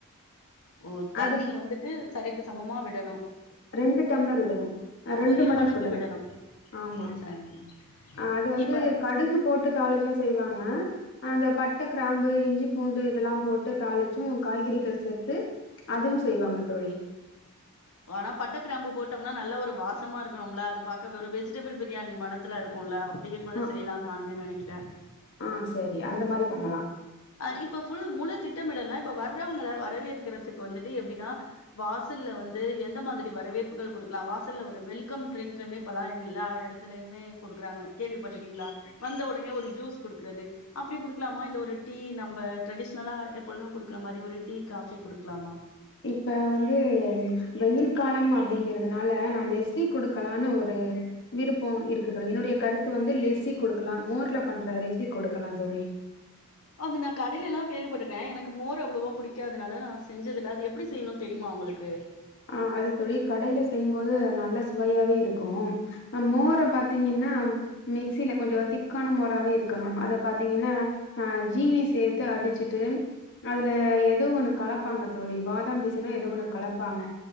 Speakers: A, on the left; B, on the left.
A: ஓ தண்ணி
B: அது
A: வந்துட்டு சரிக்கு சமமா விடணு
B: ரெண்டு டம்ளர் விடணுமஃ ரெண்டு
A: ஓ
B: மடங்கு விடணு
A: விடணும்.
B: ஆமா
A: சரிங்க
B: அ அது வந்து
A: இப்ப
B: கடுகு போட்டு தாளிச்சும் செய்வாங்க அந்த பட்ட கிராம்பு இஞ்சி பூண்டு இதெல்லா போட்டு தாளிச்சு காய்கறிகள் சேர்த்து அதும் செய்வாங்க தோழி
A: ஆனா பட்ட கிராம்பு போட்டோம்னா நல்ல ஒரு வாசமா இருக்கணும்ல அது பாக்க வெறு வெஜிடபிள் பிரியாணி மன த்துல இருக்குல்ல அப்படியே கூட
B: அ
A: செய்யலாம்னு நானுமே நனைக்ற
B: ஆ சேரி அந்த மாரி பண்ணலா
A: ஆ இப்ப ஃபுல் முழு திட்டமிடல்னா இப்ப வர்றவங்கள வரவேற்கறதுக்கு வந்துட்டு எப்டின்னா வாசல்ல வந்து எந்த மாதிரி வரவேற்புகள் குடுக்லா வாசல்ல ஒரு வெல்கம் ட்ரிங்க்னு இப்பல்லா எல்லா இடத்து லயுமே குடுக்குறாங்க கேள்விப்பட்ருக்கீங்ளா வந்த உடனே ஒரு ஜூஸ் குடுக்குறது அப்டி குடுக்கலாமா இல்ல ஒரு டீ நம்ப ட்ரெடிஷ்னலா எப்பொழுதும் குடுக்குற மாரி ஒரு டீ காஃபி குடுக்லாமா
B: இப்ப வந்து வெயில் காலம் அப்படிங்குறதுனாள நா லெஸி குடுக்கலானு ஒரு விருப்போ இருக்கு தோழி என்னுடைய கருத்து வந்து லெசி குடுக்கலா மோர்ல பண்ற லெஸி குடுக்கலா தோழி
A: அது நா கடையிலெல்லா கேள்வி பட்டுருக்க எனக்கு மோர் அவ்ளோவா புடிகாதனாள நா செச்சதுள்ள அது எப்டி செய்யனு தெரிமா உங்களுக் கு
B: ஆ அது தோழி கடைல செய்யும்போது நல்ல சுவையாவே இருக்கு அ மோர பாத்திங்கன்னா மிக்சில கொஞ்ச திக்கான மோராவே இருக்கணு அத பாத்தீங்கனா ஆ ஜீனி சேத்து அடிச்சிட்டு அதுல எதோ ஒன்னு கலப்பாங்க தோழி பாதாம் பிசினோ எதோ ஒன்னு கலப்பாங்க